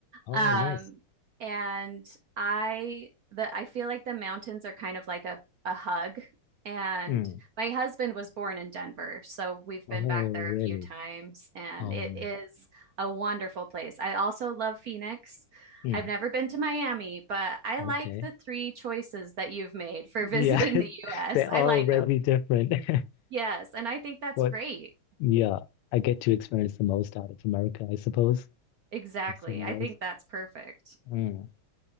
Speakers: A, on the left (about 85°); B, on the right (about 65°).
A: Oh,
B: Um,
A: nice.
B: and I the I feel like the mountains are kind of like a a hug. And
A: Mm.
B: my husband was born in Denver, so we've been
A: Oh,
B: back there a
A: really?
B: few times, and
A: Oh,
B: it
A: man.
B: is a wonderful place. I also love Phoenix.
A: Mm,
B: I've never been to Miami, but I like
A: okay.
B: the three choices that you've made for
A: Yeah,
B: <laughs> visiting
A: <laughs>
B: the US.
A: they're
B: I
A: all
B: like
A: very
B: them.
A: different. <laughs>
B: Yes, and I think that's
A: But
B: great.
A: Yeah, I get to experience the most out of America, I suppose.
B: Exactly.
A: I've seen
B: I
A: those.
B: think that's perfect.
A: Mm,